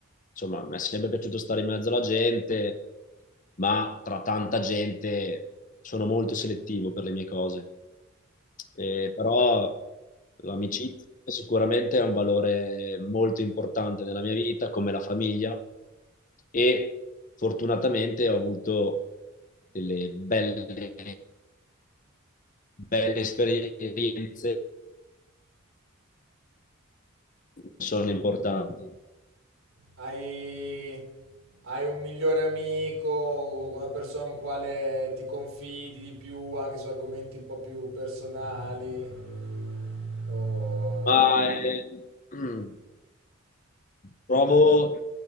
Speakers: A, on the left (about 35°); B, on the right (about 65°).
A: insomma, mi è sempre piaciuto stare in mezzo alla gente, ma tra tanta gente sono molto selettivo per le mie cose. E- però l'amicizia sicuramente è un valore molto importante nella mia vita, come la famiglia, e fortunatamente ho avuto delle belle, belle esperienze sono importanti.
B: Hai, hai un migliore amico, una persona con quale ti confidi di più anche su argomenti un po' più personali, o
A: Ma eh, <clears throat> mm, provo,